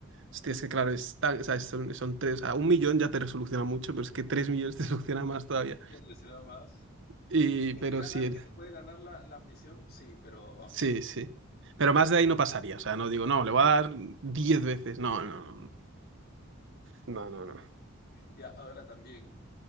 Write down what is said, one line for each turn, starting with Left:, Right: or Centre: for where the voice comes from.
Right: hostia, es que claro, es tan- o sea, son, son tres, o sea, un millón ya te resoluciona mucho, pero es que tres millones te <laughs> soluciona más todavía.
Left: te será más.
Right: Y,
Left: Que
Right: pero
Left: te gana,
Right: sí, el-
Left: que te puede ganar la, la ambición, sí, pero vamos,
Right: sí,
Left: sí,
Right: sí. Pero más de ahí no pasaría, o sea, no digo, no, le voy a dar diez veces. No, no, no, no, no, no.
Left: Y ahora también,